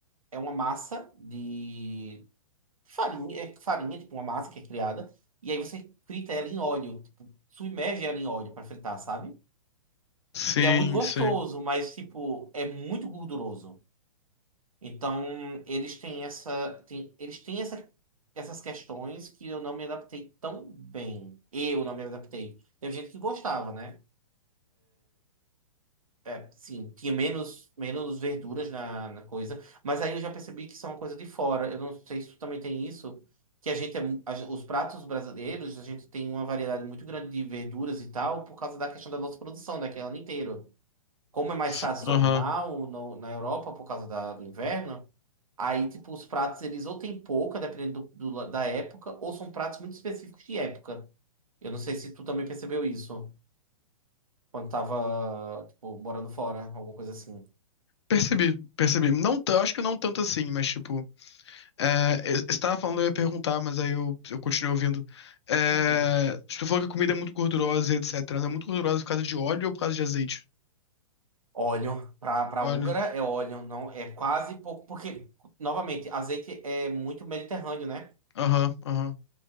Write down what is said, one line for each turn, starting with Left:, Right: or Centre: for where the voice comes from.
Right: é uma massa de farinha, é farinha, tipo uma massa que é criada, e aí você frita ela em óleo, tipo, submerge ela em óleo pra fritar, sabe?
Left: Sim,
Right: E é muito gostoso,
Left: sim.
Right: mas, tipo, é muito gorduroso. Então, eles têm essa, têm- eles têm essa, essas questões que eu não me adaptei tão bem. Eu não me adaptei. Teve gente que gostava, né? É, sim, tinha menos, menos verduras na, na coisa, mas aí eu já percebi que são uma coisa de fora. Eu não sei se tu também tem isso, que a gente é, mu- a gen- os pratos brasileiros, a gente tem uma variedade muito grande de verduras e tal, por causa da questão da nossa produção, daquele ano inteiro como é mais
Left: S-
Right: sazonal
Left: Aham.
Right: no- na Europa por causa da- do inverno, aí, tipo, os pratos, eles ou tem pouca, dependendo do- do- da época, ou são pratos muito específicos de época. Eu não sei se tu também percebeu isso quando tava, tipo, morando fora, alguma coisa assim.
Left: Percebi, percebi. Não, tan- acho que não tanto assim, mas tipo. É, eh, você tava falando, eu ia perguntar, mas aí eu, eu continuei ouvindo. É,
Right: Uhum.
Left: tipo, você falou que a comida é muito gordurosa, e etc. Ela é muito gordurosa por causa de óleo ou por causa de azeite?
Right: Óleo, pra, pra
Left: Óleo.
Right: húngara é óleo, não é quase pouco, porque, novamente, azeite é muito mediterrâneo, né?
Left: Aham, aham.